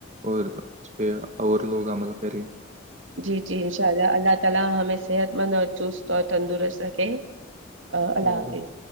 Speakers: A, on the right; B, on the right.
A: اور اس پہ اور لوگ عمل کرے
B: جی جی انشاء اللہ اللہ تعالی ہمیں صحت مند اور چست تندرست رکھیں اللہ
A: بالکل
B: حافظ